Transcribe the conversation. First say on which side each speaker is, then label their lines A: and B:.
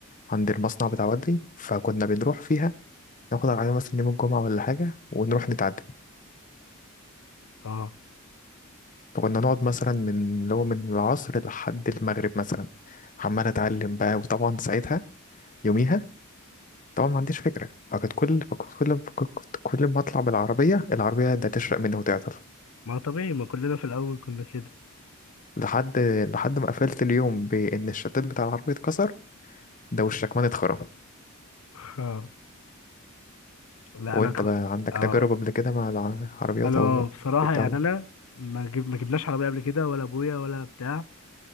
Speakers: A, on the left; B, on the left.
A: عند المصنع بتاع والدي فكنا بنروح فيها ناخد العربيه مثلا يوم الجمعه ولا حاجه ونروح نتعلم
B: اه
A: فكنا نقعد مثلا من اللي هو من العصر لحد المغرب مثلا عمال اتعلم بقى وطبعا ساعتها يوميها طبعا ما عنديش فكره فكنت كل فكنت كل فكنت كل ما اطلع بالعربيه العربيه ده تشرق مني وتعطل
B: ما طبيعي ما كلنا في الاول كنا كده
A: لحد لحد ما قفلت اليوم بإن الشداد بتاع العربية اتكسر ده والشكمان اتخرم
B: <laughs> لا
A: وانت
B: انا ك...
A: بقى عندك
B: اه
A: تجارب قبل كده مع العربيات
B: انا
A: او
B: بصراحه
A: بتاع
B: يعني
A: العربيات؟
B: انا ما جب... ما جبناش عربيه قبل كده ولا ابويا ولا بتاع